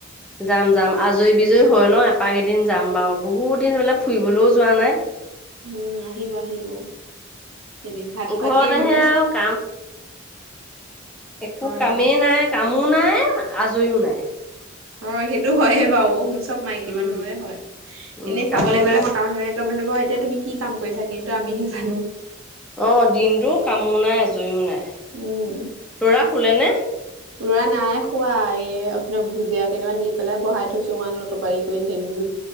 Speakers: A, in the centre; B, on the right.
A: যাম, যাম, আজৰি বিজয়ী হৈ লওঁ, এপাক এদিন যাম বাৰু। বহুত দিন বোলে ফুৰিবলৈও যোৱা নাই
B: উম, আহিব, আহিব। এদিন ভাত খোৱাকে
A: ঘৰতেহে
B: আহিব।
A: আৰু কাম একো
B: হয়
A: কামেই
B: হয়
A: নাই, কামো নাই, আজৰিও নাই।
B: হয়, সেইটো হয়ে বাৰু, চব মাইকী
A: উম
B: মানুহৰে হয়।
A: উম
B: এনেই
A: কামো
B: চাবলৈ গলে
A: নাই
B: মতা মানুহৰ বুলিব এতিয়া তুমি কি কাম কৰিছা, কিন্তু আমিহে জানো
A: অ, দিনটো কামো নাই, আজৰিও নাই।
B: উম,
A: ল'ৰা শুলে নে?
B: ল'ৰা নাই শু শুৱা, এই আপোনাৰ ভুজিয়া কেটামান দি পেলাই বহাই থৈছো, ইমান অতপালি কৰি নাথাকিবি বুলো